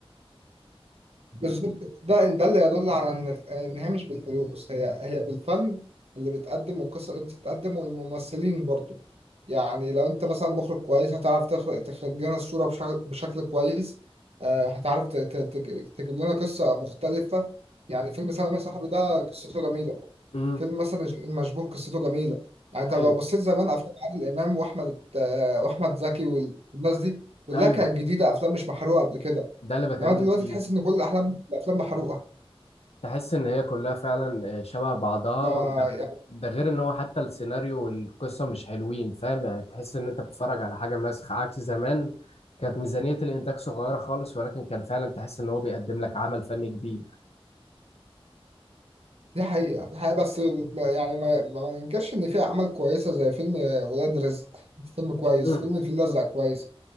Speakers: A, on the right (about 80°); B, on the left (about 80°).
A: بالظبط ده ده اللي يدل على ان ان هي مش بالفلوس هي هي بالفن اللي بيتقدم والقصه اللي بتتقدم والممثلين برضو يعني لو انت مثلا مخرج كويس هتعرف تخرج تخرج لنا الصوره بشكل, بشكل كويس آه، هتعرف ت- ت- تج- تجيب لنا قصه مختلفه يعني فيلم سلام يا صاحبي ده قصته جميله
B: امم
A: فيلم مثلا المشبوه قصته جميله يعني انت
B: ايوه
A: لو بصيت زمان افلام عادل امام واحمد آه، واحمد زكي والناس دي كلها
B: ايوه
A: كانت جديده افلام مش محروقه قبل كده
B: ده اللي بكلمك
A: انما دلوقتي
B: فيه
A: تحس ان كل الاحلام الافلام محروقه
B: تحس ان هي كلها فعلا آه، شبه بعضها
A: فيعني
B: ده, ده غير ان هو حتى السيناريو والقصه مش حلوين فاهم يعني تحس ان انت بتتفرج على حاجه مسخ عكس زمان كانت ميزانيه الانتاج صغيره خالص ولكن كان فعلا تحس ان هو بيقدم لك عمل فني كبير
A: دي حقيقه دي حقيقه بس ما- يعني ما ما ننكرش ان في اعمال كويسه زي فيلم ولاد رزق فيلم كويس
B: مم.
A: فيلم الفيل الازرق كويس